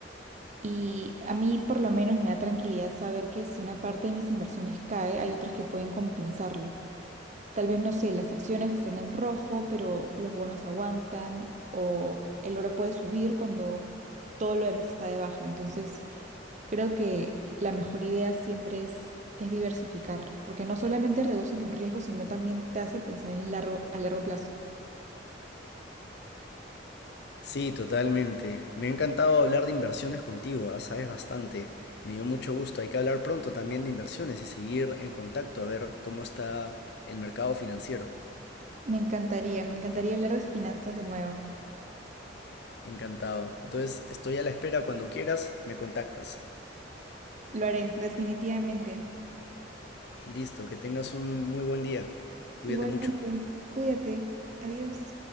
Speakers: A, on the right; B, on the left.
A: Y a mí por lo menos me da tranquilidad saber que si una parte de mis inversiones cae, hay otras que pueden compensarlo. Tal vez, no sé, las acciones estén en rojo, pero los bonos aguantan o el oro puede subir cuando todo lo demás está de baja. Entonces, creo que la mejor idea siempre es, es diversificar, porque no solamente reduces los riesgos, sino también te hace pensar en largo, a largo plazo.
B: Sí, totalmente. Me ha encantado hablar de inversiones contigo, ¿ah? Sabes bastante. Me dio mucho gusto. Hay que hablar pronto también de inversiones y seguir en contacto a ver cómo está el mercado financiero.
A: Me encantaría, me encantaría hablar de finanzas de nuevo.
B: Encantado. Entonces, estoy a la espera. Cuando quieras, me contactas.
A: Lo haré, definitivamente.
B: Listo, que tengas un muy buen día. Cuídate
A: Igualmente,
B: mucho.
A: cuídate. Adiós.